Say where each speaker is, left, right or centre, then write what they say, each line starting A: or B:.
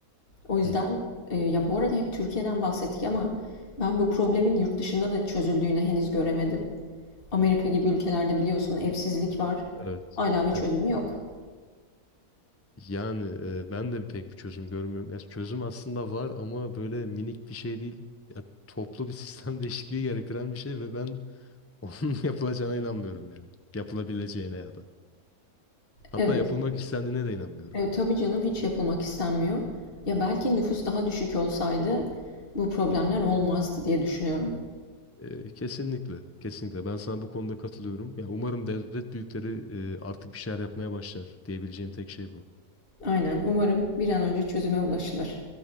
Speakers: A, on the left (about 35°); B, on the left (about 20°).
A: O yüzden
B: Hı hı.
A: e, ya bu arada hep Türkiye'den bahsettik ama ben bu problemin yurt dışında da çözüldüğünü henüz göremedim. Amerika gibi ülkelerde biliyorsun evsizlik var.
B: Evet.
A: Hala bir çözümü
B: Evet.
A: yok.
B: Yani e, ben de pek bir çözüm görmüyorum. Ya çözüm aslında var ama böyle minik bir şey değil. Ya, toplu bir sistem <laughs> değişikliği gerektiren bir şey ve ben onun <laughs> yapılacağına inanmıyorum yani. Yapılabileceğine ya da. Hatta
A: Evet
B: yapılmak istendiğine de inanmıyorum.
A: E, tabii canım hiç yapılmak istenmiyor. Ya belki nüfus daha düşük olsaydı bu problemler olmazdı diye düşünüyorum.
B: E, kesinlikle, kesinlikle. Ben sana bu konuda katılıyorum. Ya umarım devlet büyükleri e, artık bir şeyler yapmaya başlar diyebileceğim tek şey bu.
A: Aynen, umarım bir an önce çözüme ulaşılır.